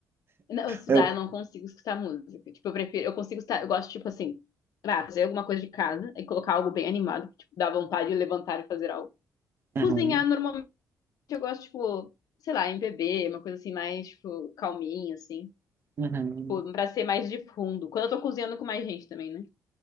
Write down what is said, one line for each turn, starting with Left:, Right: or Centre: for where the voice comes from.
Left: Não, estudar,
Right: Eu...
Left: eu não consigo escutar música. Tipo, eu prefiro, eu consigo escutar, eu gosto, tipo assim, pra fazer alguma coisa de casa e colocar algo bem animado, que, tipo, dá vontade de levantar e fazer algo.
Right: Uhum,
Left: Cozinhar, normalmente, eu gosto, tipo, sei lá, MPB, uma coisa assim, mais, tipo, calminha, assim.
Right: uhum.
Left: Tipo, pra ser mais de fundo. Quando eu tô cozinhando com mais gente também, né?